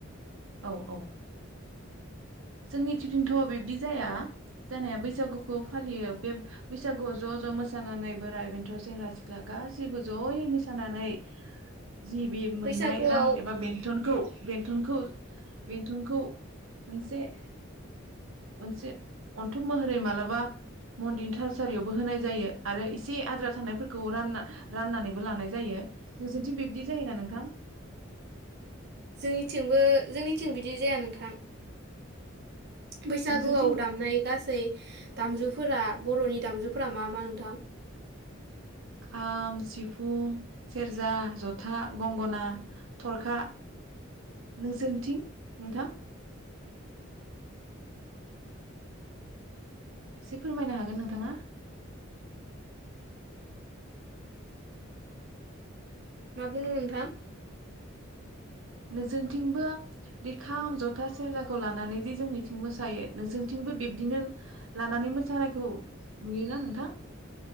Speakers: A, on the right; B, on the right.
A: औ औ। जोंनिथिथिंथ' बिब्दि जाया जानाया बैसागुखौ फालियो बे बैसागुआव ज' ज' मोसानानै बोराइ बेन्थ' सेंग्रा सिख्ला गासैबो ज'यै मोसानानै जि बि मोननाय
B: बैसागुआव
A: रां एबा बेथनखौ बेथनखौज बेन्थनखौ मोनसे‌ मोनसे अन्थब महरै मालाबा मन्दिन थारसारियावबो होनाय जायो आरो इसे आद्रा थानायफोरखौ रानना राननानैबो लानाय जायो नोंसिनथिं बिबदि जायोना नोंथां?
B: जोंनिथिंबो जोंनिथिं बिदि जाया नोंथां। बैसागोआव
A: नोंसोरनिथिं
B: दामनाय गासै दामजुफ फोरा बर'नि दामजुफोरा मा मा नोंथां?
A: खाम सिफुं सेरजा जथा गंगना थरखा नोंसोरनि थिं नोंथां एसे फोरमायनो हागोन नोंथाङा।
B: मा बुंदों नोथां?
A: नोंसोरथिंबो बे खाम जथा सेरजाखौ लानानै जे जोंनिथिं मोसायो नोंसोरथिंबो बिब्दिनो लानानै मोसानायखौ नुयोना नोंथां?